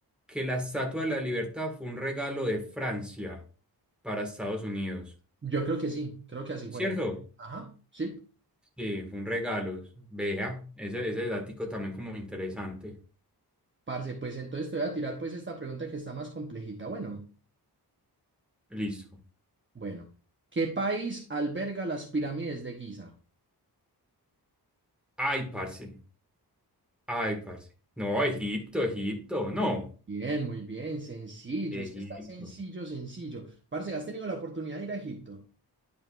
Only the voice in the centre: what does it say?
que la Estatua de la Libertad fue un regalo de Francia para Estados Unidos.
¿Cierto?
Sí, fue un regalo. Vea, ese, ese datico también como interesante.
Listo.
Ay, parce. Ay, parce. No, Egipto, Egipto. No.
Egipto.